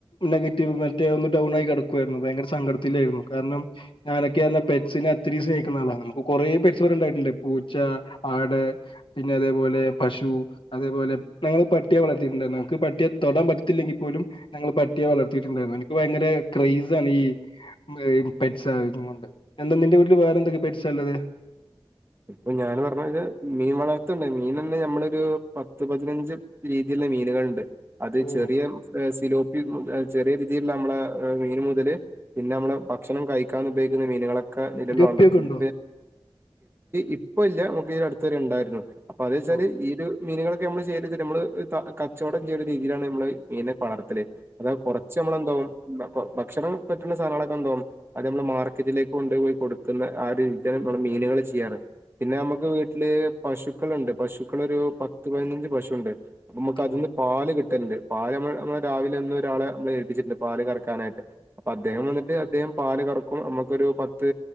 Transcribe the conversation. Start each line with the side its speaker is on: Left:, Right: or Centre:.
Left: നെഗറ്റീവ് പറ്റി ഒന്ന് ഡൗൺ ആയി കെടക്കുവായിരുന്നു ഭയങ്കര സങ്കട ത്തിലായിരുന്നു കാരണം ഞാനൊക്കെയാണേ പെറ്റ്സിനെ ഒത്തിരി സ്നേഹിക്കുന്ന ആളാണ്. നമുക്ക് കൊറേ പെറ്റ്സുകൾ ഉണ്ടായിട്ടുണ്ട്. പൂച്ച, ആട് പിന്നെ അതേപോലെ പശു അതേപോലെ നമ്മള് പട്ടിയെ വളർത്തിയിട്ടുണ്ട് നമ്മക്ക് പട്ടിയെ തൊടാൻ പറ്റത്തില്ലെങ്കിൽ പോലും ഞങ്ങള് പട്ടിയെ വളർത്തിയിട്ടുണ്ടായിരുന്നു എനിക്ക് ഭയങ്കര ക്രെയ്സ് ആണ് ഈ- പെറ്റ്സുണ്ട്. എന്താ നിന്റെ വീട്ടിൽ വേറെ എന്തൊക്കെ പെറ്റ്സാ ഉള്ളത്.
Right: ഇപ്പൊ ഞാൻ പറഞ്ഞാല് മീൻ വളർത്തുണ്ട്. മീൻ തന്നെ നമ്മളൊരു പത്ത്, പതിനഞ്ച് രീതിയുള്ള മീനുകളുണ്ട്. അത്
Left: ഓ
Right: ചെറിയ സിലോപ്പി, ചെറിയ രീതിയിൽ നമ്മളെ മീന് മുതല് പിന്നെ നമ്മള് ഭക്ഷണം കഴിക്കാൻ ഉപയോഗിക്കുന്ന മീനുകളൊക്കെ നിലവിൽ
Left: ഗപ്പിയൊക്കെ
Right: വളർത്തുന്നു
Left: ഉണ്ടോ
Right: ഇപ്പം ഇല്ല. നമുക്ക്ഈ അടുത്ത് വരെ ഉണ്ടായിരുന്നു. അപ്പൊ അത് വെച്ചാല്
Left: ഓ
Right: ഈ ഇത് മീനുകളൊക്കെ നമ്മള് ചെയ്യല് ച്ചാല് നമ്മള് കച്ചവടം ചെയ്യുന്ന രീതിയിലാണ് നമ്മള് മീനെ വളർ ത്തല് അത് കൊറച്ച് നമ്മളെന്താവും. ഭക്ഷണം പറ്റുന്ന സാനങ്ങളൊക്കെ എന്താകും അത് നമ്മള് മാർക്കറ്റിലേക്ക് കൊണ്ടു പോയി കൊടുക്കുന്ന ആ രീതിയിൽ നമ്മ മീനുകളെ ചെയ്യാറ്. പിന്നെ നമ്മുക്ക് വീട്ടില് പശുക്കൾ ഉണ്ട്. പശുക്കൾ ഒരു പത്ത്, പതിനഞ്ച് പശുണ്ട് നമുക്ക് അതിൽന്ന്
Left: ഓ
Right: പാല് കിട്ടൽണ്ട് പാല് നമ്മൾ. നമ്മളെ രാവിലെന്ന ഒരാളെ നമ്മള് ഏൽപ്പിച്ചിട്ടുണ്ട്. പാല് കറക്കാനായിട്ട്. അദ്ദേഹം വന്നിട്ട് അദ്ദേഹം പാല് കറക്കും. നമുക്കൊരു പത്ത്